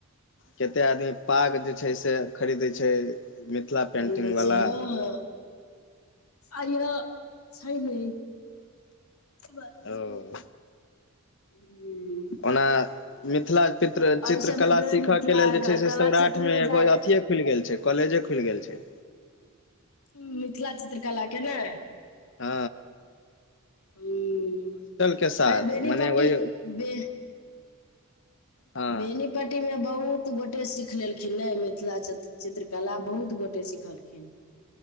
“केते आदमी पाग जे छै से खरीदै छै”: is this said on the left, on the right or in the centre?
Left